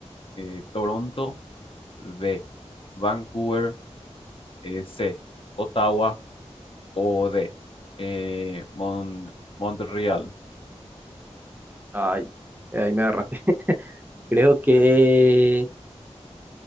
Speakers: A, on the left (about 50°); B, on the right (about 15°).
A: eh, Toronto, B, Vancouver, eh, C, Ottawa o D, eh, Mon- Montreal.
B: Ay, ahí me agarraste. Creo que